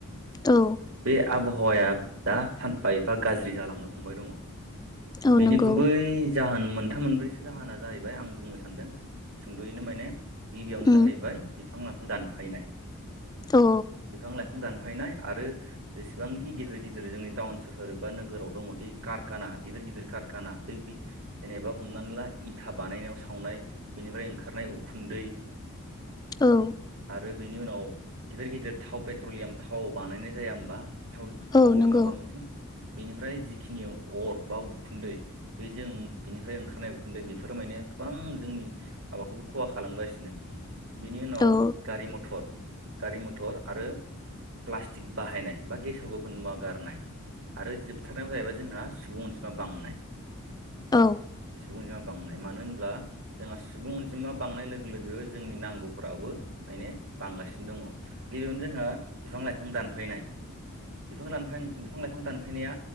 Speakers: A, on the left (about 15°); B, on the right (about 65°).
A: औ
B: बे आबहावाया जा सानफा एफा गाज्रि जालांनो हमबाय दङ
A: औ
B: बिनि
A: नंगौ
B: गुबै जाहोन मोनथाम मोनब्रैसो जाहोना जाहैबाय आं बुंनो सानदों सुंद'यैनो माने गिबियावनो
A: उम
B: जाहैबाय बिफां लाइफां दानफायनाय
A: औ
B: बिफां लाइफां दानफायनाय आरो जेसेबांखि गिदिर गिदिर जोंनि टाउन सोहोर बा नोगोराव दङदि खारखाना गिदिर गिदिर खारखाना बे जेनेबा हमनानै ला इथा बानायनायाव सावनाय बेनिफ्राय ओंखारनाय उखुन्दै
A: औ
B: आरो बेनि उनाव गिदिर गिदिर थाव पेट्रलियाम थाव बानायनाय जाया होमबा थावनि
A: औ नंगौ
B: माबा मोनसे बेनिफ्राय जिखिनि अर बा उखुन्दै बेजों बिनिफ्राय ओंखारनाय बेखुदो बेफोर माने गोबां जोंनि माबाखौबो खहा खालामगासिनो बिनि उनाव
A: औ
B: गारि मथर गारि मथर आरो प्लास्टिक बाहायनाय बा गेसाव गोफोन मुवा गारनाय आरो जोबथारनायाव जाहैबाय जोंहा सुबुं अनजिमा बांनाय
A: औ
B: सुबुं अनजिमा बांनाय मानो होन्ला जोंहा सुबुं अनजिमा बांनाय लोगो लोगो जोंनि नांगौफोराबो माने बांगासिनो दङ गिबियावनो जोंहा बिफां लाइफां दानफायनाय बिफां लाइनफां बिफां लाइफां दानफैनाया